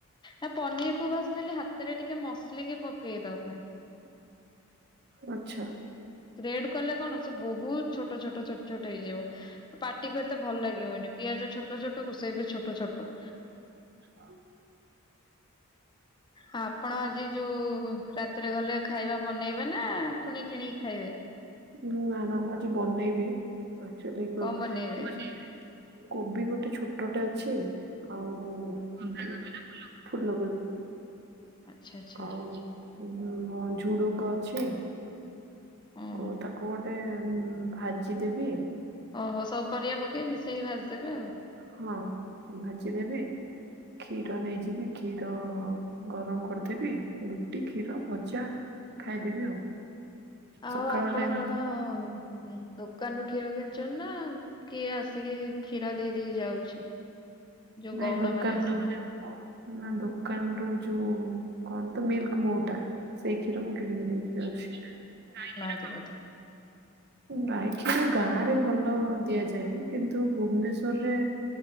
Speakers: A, on the left; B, on the right.
A: ନା ପନିର କୁ ଭସ ଖାଲି ହାତରେ ଟିକେ ମସଲିକି ପକେଇଦବେ।
B: ଆଛା।
A: ରେଡ କଲେ କଣ ସେ ବହୁତ ଛୋଟ, ଛୋଟ, ଛୋଟ, ଛୋଟ ହେଇଯିବ। ପାଟିକୁ ଏତେ ଭଲ ଲାଗିବନି, ପିଆଜ ଛୋଟ ଛୋଟ ରୋଷେଇ ବି ଛୋଟ ଛୋଟ।
B: ହଁ?
A: ଆ ଆପଣ ଆଜି ଯୋଉ ରାତିରେ ଗଲେ ଖାଇବା ବନେଇବେ ନା ପୁଣି କିଣି ଖାଇବେ?
B: ମୁଁ ଆନା ମୁଁ ଆଜି ବନେଇବି <unintelligible> ହଁ
A: କଣ ବନେଇବେ
B: ବାନେଇବେ। କୋବି ଗୋଟେ ଛୋଟଟେ ଅଛି ଆଉ ବନ୍ଧାକୋବି ନା ଫୁଲକୋବି, ଫୁଲକୋବି।
A: ଆଚ୍ଛା ଆଚ୍ଛା
B: ଆଉ <unintelligible> ଝୁଡୁଙ୍ଗ ଅଛି?
A: ଓହୋ
B: ଆଉ ତାକୁ ଗୋଟେ ଭାଜି ଦେବି।
A: ଓହୋ, ସବୁ ପରିବା ପକେଇ ମିଶେଇ ଭାଜିଦେବେ ଆଉ।
B: ହଁ, ଭାଜିଦେବେ? କ୍ଷୀର ନେଇଯିବି, କ୍ଷୀର ଗରମ କରିଦେବି ରୁଟି କ୍ଷୀର ଭଜା? ଖାଇଦେବି ଆଉ।
A: ଆଉ
B: ସକାଳ
A: ଆପଣ
B: ଟାଇମ
A: କଣ ଦୋ ଦୋକାନରୁ କ୍ଷୀର କିଣିଛ ନା କିଏ ଆସିକି କ୍ଷୀର ଦେଇଦେଇ ଯାଉଛି? ଯୋଉ
B: ନାଇଁ
A: ଗଉଡ
B: ଦୋକାନରୁ
A: ମାନେ ଆସନ୍ତି।
B: ନା ଦୋକାନ ର ଯୋଉ କଣ ତ ମିଲ୍କ ମଉଟା? ସେଇ କ୍ଷୀର ମୁଁ କିଣିକି ନେଇକି ଯାଉଛି, ଗାଈ କ୍ଷୀର।
A: ଦେବତା
B: ଗଈ କ୍ଷୀର ଗାଁରେ ଭଲ ଦିଆଯାଏ, କିନ୍ତୁ ଭୁବନେଶ୍ଵରରେ?